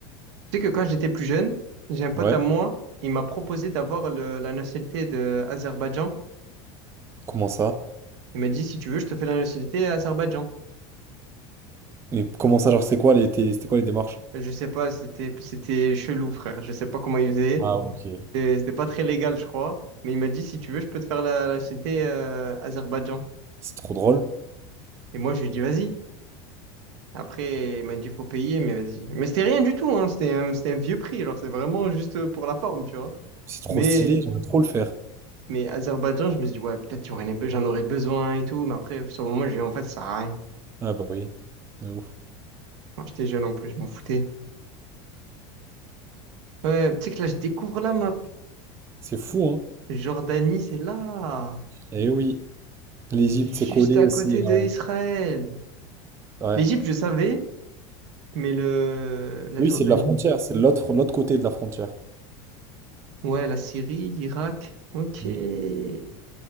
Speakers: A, on the right (about 75°); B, on the right (about 20°).
A: Tu sais que quand j'étais plus jeune, j'ai un pote
B: Ouais.
A: à moi, il m'a proposé d'avoir le- la nationalité de Azerbaïdjan.
B: Comment ça?
A: Il m'a dit, si tu veux, je te fais la nationalité Azerbaïdjan.
B: Et comment ça, genre, c'est quoi les, tes- c'était quoi les démarches?
A: Je sais pas, c'était, c'était chelou, frère. Je sais pas comment il faisait.
B: Ah, ok.
A: C'était c'était pas très légal, je crois. Mais il m'a dit, si tu veux, je peux te faire la, la nationalité euh, Azerbaïdjan.
B: C'est trop drôle.
A: Et moi, je lui ai dit, vas-y. Après, il m'a dit faut payer, mais vas-y. Mais c'était rien du tout, hein. C'était un, c'était un vieux prix, genre c'est vraiment juste pour la forme, tu vois.
B: C'est trop
A: Mais,
B: stylé, j'aimerais trop le faire.
A: mais Azerbaïdjan, je me suis dit, ouais, peut-être j'en aurais be- j'en aurais besoin et tout, mais après, sur le moment, j'ai dit, en fait, ça sert à rien.
B: Ah bah oui. De ouf.
A: Moi, j'étais jeune en plus, je m'en foutais. Ouais, tu sais que là, je découvre la map.
B: C'est fou, hein?
A: Jordanie, c'est là,
B: Eh oui. L'Égypte,
A: juste
B: c'est collé
A: à
B: aussi.
A: côté d'Israël.
B: à- Ouais.
A: L'Égypte, je savais, mais le, la
B: Oui,
A: Jordanie.
B: c'est de la frontière. C'est de l'autre, l'autre côté de la frontière.
A: Ouais, la Syrie, l'Irak. Ok.
B: Mm.
A: De
B: Tu